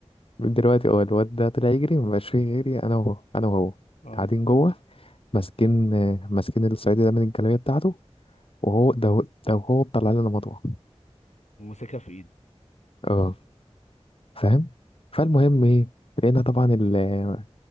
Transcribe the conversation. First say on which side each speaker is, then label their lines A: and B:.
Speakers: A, on the left; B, on the left.
A: دلوقتي اه الواد ده طلع يجري مبقاش فيه غيري أنا وهو أنا وهو
B: اه
A: قاعدين جوه ماسكين ماسكين الصعيدي ده من الجلابية بتاعته وهو ده ده وهو مطلع لنا مطوة
B: ومسكها في ايده
A: اه فاهم فالمهم ايه لقينا طبعا ال-